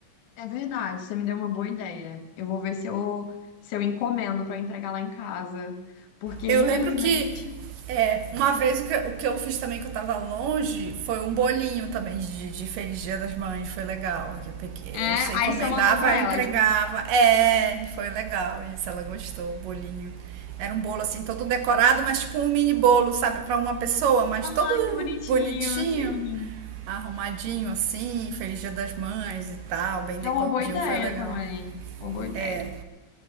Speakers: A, on the left (about 70°); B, on the right (about 75°).
A: É verdade, você me deu uma boa ideia. Eu vou ver se eu, se eu encomendo para entregar lá em casa. Porque,
B: Eu
A: infelizmente,
B: lembro que é, uma vez o que, o que eu fiz também que eu tava longe foi um bolinho também de, de Feliz Dia das Mães, foi legal. Que eu peguei,
A: é,
B: você encomendava,
A: aí você mandou para
B: ela
A: ela,
B: entregava.
A: aí, tipo,
B: É, foi legal isso, ela gostou, o bolinho. Era um bolo assim, todo decorado, mas tipo um mini bolo, sabe, pra uma pessoa, mas todo
A: ai, que bonitinho,
B: bonitinho,
A: assim.
B: arrumadinho assim, Feliz Dia das Mães e tal, bem decoradinho,
A: É uma boa ideia
B: foi legal.
A: também. Uma boa ideia.
B: É,